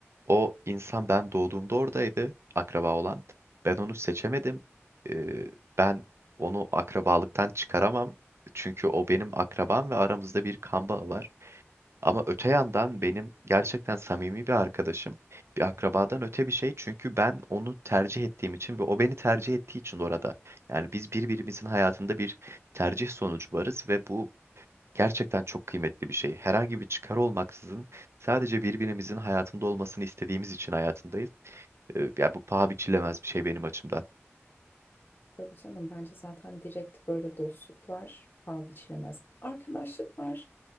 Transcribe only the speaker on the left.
Tabii canım bence zaten direkt böyle dostluklar paha biçilemez. Arkadaşlıklar